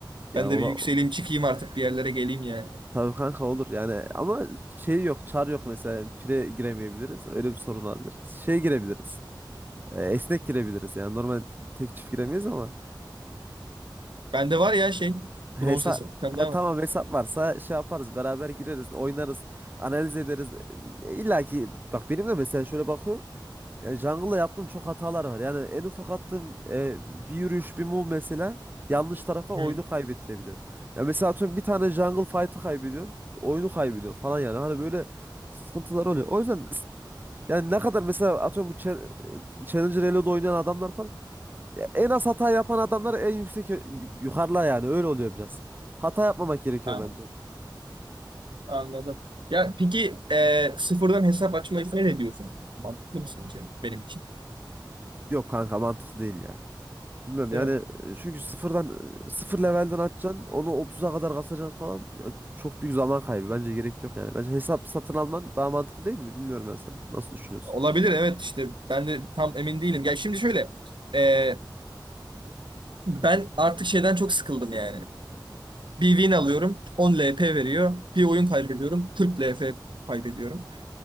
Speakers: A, on the right; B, on the right.
A: ya
B: Ben de
A: ola,
B: bir yükseleyim, çıkayım artık bir yerlere geleyim yani.
A: Tabii kanka olur yani ama şey yok çar yok mesela pire giremeyebiliriz öyle bir sorun olabilir. Şey girebiliriz e, esnek girebiliriz yani normal tek çift giremeyiz ama
B: Bende var ya şey,
A: hesap
B: bronz hesap bir tane daha
A: tamam
B: var.
A: hesap varsa şey yaparız beraber gireriz oynarız analiz ederiz. E, İlla ki bak benim de mesela şöyle bakıyorum Yani jungle'la yaptığım çok hatalar var. Yani en ufak attığım e, bir yürüyüş, bir move mesela yanlış tarafa oyunu
B: Hı.
A: kaybettirebiliyor. Ya mesela atıyorum bir tane jungle fight'ı kaybediyorsun, oyunu kaybediyorsun falan yani. Hani böyle sıkıntılar oluyor. O yüzden s- yani ne kadar mesela atıyorum bu cha- Challenger Elo'da oynayan adamlar falan ya en az hata yapan adamlar en yüksek yukarıda yani öyle oluyor biraz. Hata yapmamak gerekiyor
B: A-
A: bence.
B: Anladım. Ya peki e, sıfırdan hesap açma sen ne diyorsun? Mantıklı mı sence benim için?
A: Yok kanka mantıklı değil ya. Bilmem yani
B: Değil mi?
A: e, çünkü sıfırdan e, sıfır levelden atacaksın onu 30'a kadar kasacaksın falan Ya çok büyük zaman kaybı bence gerek yok yani. Bence hesap satın alman daha mantıklı değil mi? Bilmiyorum ben sen nasıl düşünüyorsun?
B: Olabilir evet işte ben de tam emin değilim. Ya şimdi şöyle e, ben artık şeyden çok sıkıldım yani. Bir win alıyorum 10 LP veriyor. Bir oyun kaybediyorum 40 LP kaybediyorum.